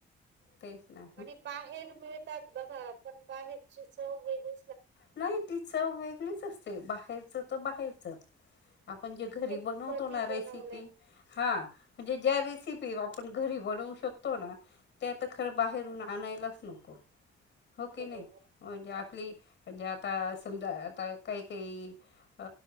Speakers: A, on the left (about 65°); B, on the right (about 70°).
A: तेच ना
B: आणि बाहेर मिळतात बघा पण बाहेरची चव वेग
A: नाही ती च वेगळीच असते बाहेरच तर बाहेरच. आपण जे घरी
B: ते
A: बनवतो
B: कधी
A: ना
B: बनवले
A: रेसिपी हा. म्हणजे ज्या रेसिपी आपण घरी बनवू शकतो ना त्या खर बाहेरून आणायलाच. नको
B: <unintelligible>
A: हो कि
B: बरोबर
A: नाही म्हणजे आपली म्हणजे आता समजा आता काही काही अ